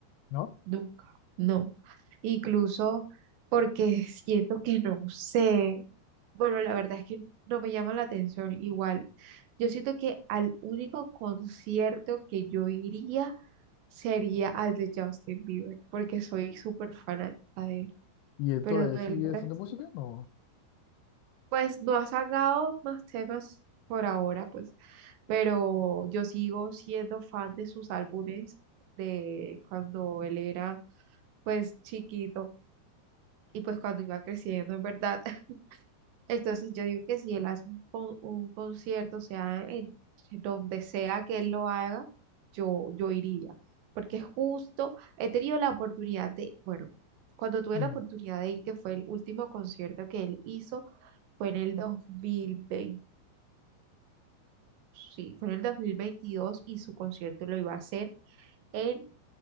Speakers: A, on the left (about 80°); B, on the right (about 80°).
A: ¿no?
B: nunca, no. Incluso porque siento que no sé. Bueno, la verdad es que no me llama la atención igual. Yo siento que al único concierto que yo iría sería al de Justin Bieber, porque soy súper fanática de él,
A: Y entonces,
B: pero del
A: ¿sigue
B: resto
A: haciendo música?
B: no.
A: No.
B: Pues no ha sacado más temas por ahora, pues, pero yo sigo siendo fan de sus álbumes de cuando él era, pues, chiquito y pues cuando iba creciendo, en verdad. Entonces yo digo que si él hace un, con- un concierto, o sea en donde sea que él lo haga, yo, yo iría. Porque justo he tenido la oportunidad de, bueno, cuando
A: <clears throat>
B: tuve
A: Mm,
B: la oportunidad de ir, que fue el último concierto que él hizo, fue en el 2022, sí, fue en el 2022 y su concierto lo iba a hacer en